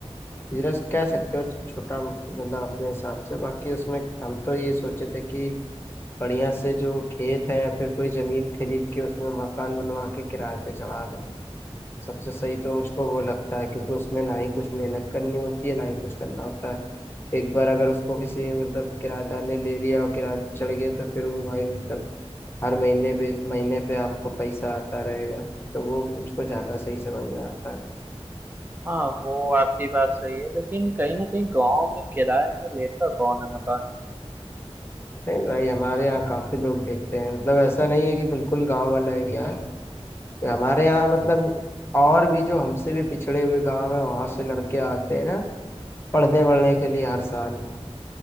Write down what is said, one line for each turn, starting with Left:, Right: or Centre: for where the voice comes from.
Left: बिजनेस कह सकते हो छोटा मतलब अपने हिसाब से बाकी उसमें हम तो ये सोचे थे कि बढ़िया से जो खेत है या फिर कोई जमीन खरीद के उसमें मकान बनवा के किराए पे चढ़ा दें सबसे सही तो मुझको वो लगता है क्योंकि उसमें ना ही कुछ मेहनत करनी होती है ना ही कुछ करना होता है एक बार अगर उसको किसी मतलब किराएदार ने ले लिया और किराए पे चढ़ गया तो फिर वो भाई मतलब हर महीने पे महीने पे आपको पैसा आता रहेगा तो वो मुझको ज़्यादा सही समझ में आता है
Right: हाँ वो आपकी बात सही है लेकिन कहीं ना कहीं गांव में किराए में लेता कौन है मकान
Left: नहीं भाई हमारे यहाँ काफ़ी लोग देखते हैं मतलब ऐसा नहीं है कि बिल्कुल गांव वाला एरिया है हमारे यहाँ मतलब और भी जो हमसे भी पिछड़े हुए गांव है वहां से लड़के आते हैं ना पढ़ने वढ़ने के लिए हर साल